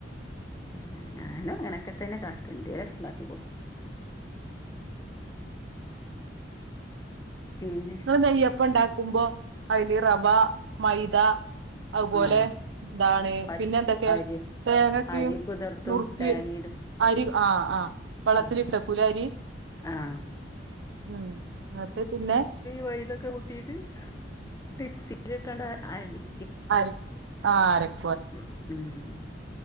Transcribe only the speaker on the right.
തോ നെയ്യപ്പം ഉണ്ട ക്കുമ്പോ അതിൽ റവ മൈദ അതുപോലെ
ഇന്താണ്
പിന്നെ എന്തൊക്കെയാ
തേങ്ങക്കിം
നൂർക്കി
അരി ആ ആ വളത്തിൽ
ഇട്ടക്കും ലെ അരി
ഉം എന്നിട്ട് പിന്നെ
അരി ആ അരക്